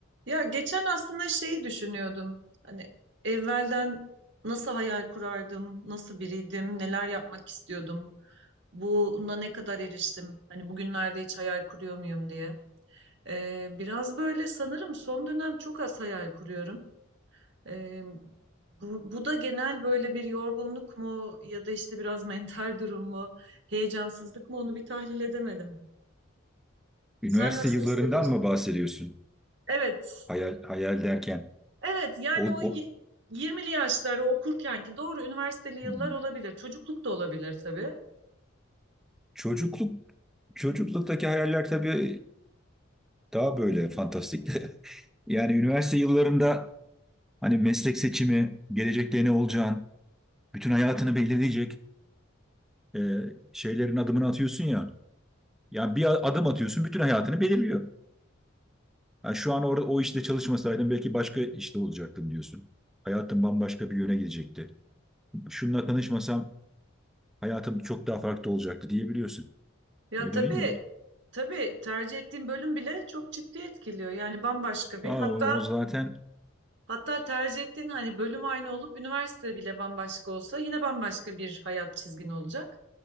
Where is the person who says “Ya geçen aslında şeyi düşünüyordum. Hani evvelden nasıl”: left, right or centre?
Right